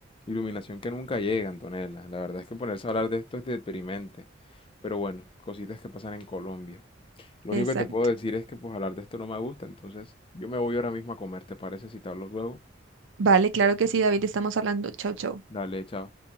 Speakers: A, on the left; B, on the right.
A: Iluminación que nunca llega, Antonella. La verdad es que ponerse a hablar de esto es deprimente. Pero bueno, cositas que pasan en Colombia. Lo
B: Exacto.
A: único que te puedo decir es que pues hablar de esto no me gusta, entonces yo me voy ahora mismo a comer, ¿te parece si te hablo luego?
B: Vale, claro que sí, David, estamos hablando. Chau, chau.
A: Dale, chao.